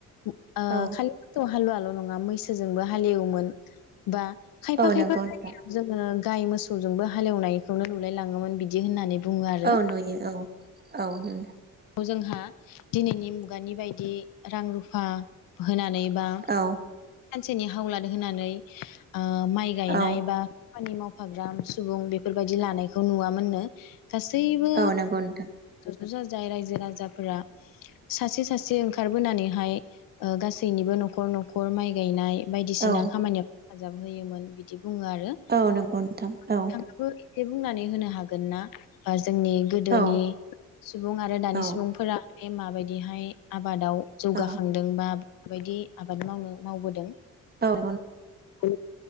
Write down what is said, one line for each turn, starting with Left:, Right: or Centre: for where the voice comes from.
Left: ओ
Right: औ
Left: खालि मोस हालुआल' दं। मा मैसोजोंबो हालेवहोमोन। बा। खायफा
Right: औ
Left: खायफा
Right: नंगौ नोंथां
Left: जायगायाव जोङो गाय मोसौजोंबो हालेवनायखौनो नुलाय लाङोमोन बिदि होननानै। बुङो आरो
Right: औ नुयो औ औ नों
Left: ओ जोंहा दिनैनि मुगानि बायदि रां रुफा होनानै बा
Right: औ
Left: सानसिनि हावलाद होनानै <unintelligible> ओ माइ गायनाय
Right: औ
Left: बा खामानि मावफाग्रा सुबुं बेफोरबायदि लानायखौ नुवामोननो। गासैबो।
Right: औ नंगौ नोंथां
Left: ज'ज जाजाय रायजो राजाफोरा सासे सासे ओंखारबोनानैहाय ओ गासैनिबो न'खर न'खर माइ गायनाय बायदिसिना
Right: औ
Left: खामानियाव हेफाजाब होयोमोन बिदि। बुङो आरो
Right: औ नंगौ नोंथां
Left: बिथांखो
Right: औ
Left: बुंनानै होनो हागोन ना बा जोंनि गोदोनि
Right: औ
Left: सुबुं आरो दानि
Right: औ
Left: सुबुंफोरा बे माबायदिहाय आबादाव जौगाखांदोंबा
Right: औ
Left: माबायदि आबाद मावनो मावबोदों?
Right: औ। औ
Left: औ